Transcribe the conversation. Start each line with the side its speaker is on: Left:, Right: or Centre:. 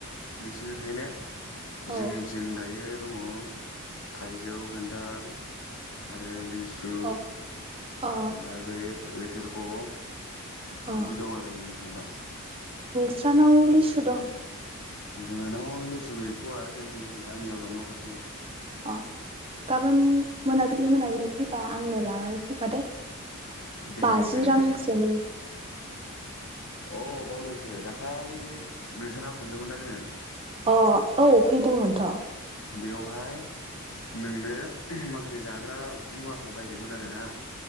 Left: नोंसोरनियाव थायोना
Right: औ
Left: जोंनिथिं दायो दङ थाइजौ खान्थाल आरो लेसु सु
Right: अ अ
Left: ओमफ्राय बेै <unintelligible> दा
Right: अ
Left: बिदि दं आरो जोंनिथिं दा।
Right: <unintelligible> लिसु दं
Left: जोंहा नआव लिसु गैथआ जों गामियाव दं न खाथियाव।
Right: अ गाबोन मोनाबिलि मोनाबिलि फैबा आंनो लानानै फैबा दे।
Left: दे
Right: बाजि
Left: दे जागोन
Right: रां
Left: दे
Right: सोनि
Left: अ बावदोंसो दाखालि नोंसारनाव थांदोंमोन ना जोङो।
Right: अ औ फैदोंमोनथ
Left: बेवहाय नोंनो माखासे जाग्रा मुवाफोर बायदोंमोन आरो ना